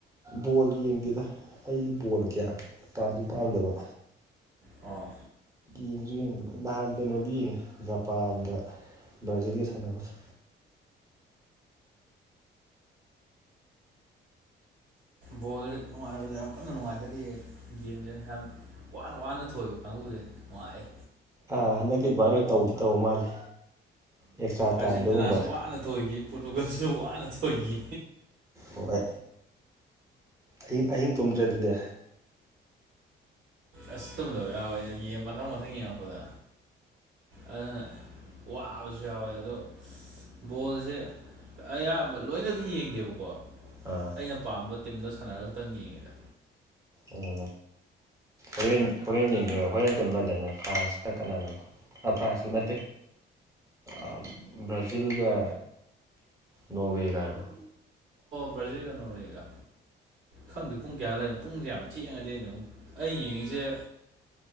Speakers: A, on the right; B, on the right.
A: ꯕꯣꯜ ꯌꯦꯡꯗꯦꯗ ꯑꯩꯁ ꯕꯣꯜ ꯀꯌꯥ ꯄꯥꯝꯁꯨ ꯄꯥꯝꯗꯕ
B: ꯑꯣ
A: ꯌꯦꯡꯁꯨ ꯌꯦꯡꯗꯕ ꯅꯍꯥꯟ ꯀꯩꯅꯣꯗꯤ ꯌꯦꯡꯉꯦ ꯖꯄꯥꯟꯒ ꯖꯠꯒ ꯁꯅꯥ ꯀꯁ
B: ꯕꯣꯜ ꯅꯨꯡꯉꯥꯏꯕꯗ ꯌꯥꯝ ꯀꯟꯅ ꯅꯨꯡꯉꯥꯏꯈꯜꯂꯤꯑ ꯒꯦꯝꯁꯦ ꯌꯥꯝ ꯋꯥꯅ ꯋꯥꯅ ꯊꯣꯛꯏꯕ ꯀꯥꯡꯕꯨꯁꯦ ꯅꯨꯡꯉꯥꯏꯑꯦ
A: ꯑ ꯍꯟꯗꯛꯇꯤ ꯑꯗꯨꯃꯥꯏꯅ ꯂ ꯇꯧꯗꯤ ꯇꯧꯕ ꯃꯥꯜꯂꯦ ꯑꯦꯛꯁꯇ꯭ꯔꯥ
B: ꯑꯥꯔꯖꯦꯟꯇꯤꯅꯥꯁꯨ
A: ꯇꯥꯏꯝꯗꯒꯨꯝꯕ
B: ꯋꯥꯅ ꯊꯣꯏꯈꯤ ꯄꯣꯔꯇꯨꯒꯜꯁꯨ ꯋꯥꯅ ꯊꯣꯏꯈꯤ
A: ꯍꯣꯏ ꯑꯍꯤꯡ ꯑꯍꯤꯡ ꯇꯨꯝꯗ꯭ꯔꯦ ꯑꯗꯨꯗꯤ
B: ꯑꯁ ꯇꯨꯝꯗꯕ ꯌꯥꯎꯋꯦ ꯃꯊꯪ ꯃꯊꯪ ꯌꯦꯡꯉꯛꯄꯗ ꯑꯗꯨꯅ ꯋꯥꯕꯁꯨ ꯌꯥꯎꯋꯦ ꯑꯗꯣ ꯕꯣꯜꯁꯦ ꯑꯌꯥꯝꯕ ꯂꯣꯏꯅꯗꯤ ꯌꯦꯡꯗꯦꯕꯀꯣ
A: ꯑꯥ
B: ꯑꯩꯅ ꯄꯥꯝꯕ ꯇꯤꯝꯗ ꯁꯥꯟꯅꯔꯒ ꯈꯛꯇꯪ ꯌꯦꯡꯉꯤꯗ
A: ꯎꯝ ꯍꯣꯔꯦꯟ ꯍꯣꯔꯦꯟ ꯌꯦꯡꯗꯣꯏꯔꯣ ꯍꯣꯔꯦꯟ ꯀꯩꯅꯝꯗꯅꯦ ꯐ꯭ꯔꯥꯟꯁꯀ ꯀꯅꯥꯅꯗꯅꯣ ꯑ ꯐ꯭ꯔꯥꯁ ꯃꯦ ꯑ ꯕ꯭ꯔꯖꯤꯤꯜꯒ ꯅꯣꯋꯦꯒꯥꯏꯕ
B: ꯕꯖꯔꯤꯒꯅꯧꯔꯦꯒ ꯈꯪꯗꯦ ꯄꯨꯡ ꯀꯌꯥ ꯂꯩꯕꯅꯣ ꯄꯨꯡꯁꯦ ꯌꯥꯝ ꯊꯦꯡꯉꯗꯤ ꯑꯩꯅ ꯑꯃꯨꯛ ꯑꯩ ꯌꯦꯡꯉꯤꯁꯦ